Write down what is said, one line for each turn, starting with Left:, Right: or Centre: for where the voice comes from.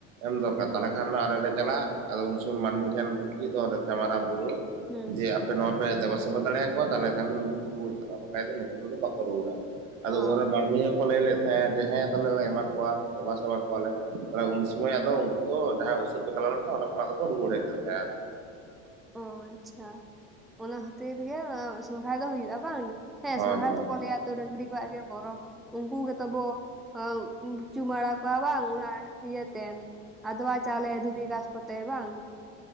Right: ᱮᱢ ᱫᱚᱨᱠᱟᱨ
Centre: ᱦᱩᱸ
Right: ᱛᱟᱦᱞᱮ ᱠᱷᱟᱱ ᱟᱞᱮ ᱞᱮ ᱪᱟᱞᱟᱜ ᱟᱫᱚ ᱩᱱ ᱥᱚᱢᱚᱭ ᱢᱟᱹᱱᱢᱤ ᱢᱟᱹᱱᱢᱤ ᱴᱷᱮᱱ ᱱᱤᱛ ᱫᱚ ᱚᱱᱰᱮ ᱫᱚ‌ ᱢᱟᱨᱟᱝ ᱵᱩᱨᱩ
Centre: ᱦᱩᱸ
Right: ᱡᱮ ᱟᱯᱮ ᱱᱚᱣᱟᱯᱮ ᱫᱮᱵᱟᱥᱮᱵᱟ ᱫᱟᱲᱮᱭᱟᱠᱚᱣᱟ ᱛᱟᱞᱦᱮ ᱠᱷᱟᱱ ᱫᱚ ᱱᱩᱠᱩ ᱠᱚ ᱨᱩᱣᱟᱹᱲ ᱪᱟᱞᱟᱜᱼᱟ ᱵᱟᱠᱷᱟᱡ ᱱᱩᱠᱩ ᱫᱚ ᱱᱩᱠᱩ ᱠᱚᱫᱚ ᱵᱟᱠᱚ ᱨᱩᱣᱟᱹᱲᱟ ᱟᱫᱚ
Centre: ᱚ
Right: ᱚᱱᱟ ᱵᱟᱨ ᱱᱤᱭᱚᱢ ᱠᱚ ᱞᱟᱹᱭ ᱞᱮᱫ ᱛᱟᱦᱮᱸᱜ-ᱟ ᱡᱮ ᱦᱮᱸ ᱛᱟᱦᱞᱮ ᱞᱮ ᱮᱢᱟ ᱠᱚᱣᱟ ᱫᱮᱵᱟ ᱥᱮᱵᱟ ᱠᱚᱣᱟᱞᱮ ᱛᱟᱦᱞᱮ ᱩᱱ ᱥᱚᱢᱚᱭ ᱟᱫᱚ ᱩᱱᱠᱩ ᱫᱚ ᱡᱟᱦᱟᱸᱭ ᱩᱥᱟᱹᱫ ᱪᱟᱞᱟᱣ ᱞᱮᱱ ᱠᱚ ᱚᱸᱰᱮ ᱠᱷᱚᱱᱟᱜ ᱫᱚᱠᱚ ᱠᱚ ᱨᱩᱣᱟᱹᱲ ᱦᱮᱡ ᱞᱮᱱ ᱛᱟᱦᱮᱡ-ᱟ
Centre: ᱚ ᱟᱪᱪᱷᱟ ᱚᱱᱟ ᱠᱷᱟᱹᱛᱤᱨ ᱛᱮᱜᱮ ᱚᱱᱟ ᱥᱚᱨᱦᱟᱭ ᱫᱚ ᱦᱩᱭᱩᱜᱼᱟ ᱵᱟᱝ ᱦᱮᱸ
Right: ᱦᱳᱭ
Centre: ᱥᱚᱨᱦᱟᱭ
Right: ᱦᱳᱭ
Centre: ᱦᱚ ᱛᱚ ᱠᱚ ᱞᱟᱹᱭᱟ ᱛᱚ ᱰᱟᱹᱝᱨᱤ ᱠᱚᱣᱟᱜ ᱜᱮ ᱵᱚᱨᱚ ᱩᱱᱠᱩ ᱜᱮᱛᱚᱵᱚ ᱟᱸᱻ ᱪᱩᱢᱟᱹᱲᱟ ᱠᱚᱣᱟ ᱵᱟᱝ ᱚᱱᱟ ᱤᱭᱟᱹᱛᱮ ᱟᱫᱣᱟ ᱪᱟᱣᱞᱮ ᱫᱷᱩᱵᱤ ᱜᱷᱟᱸᱥ ᱠᱚᱛᱮ ᱵᱟᱝ,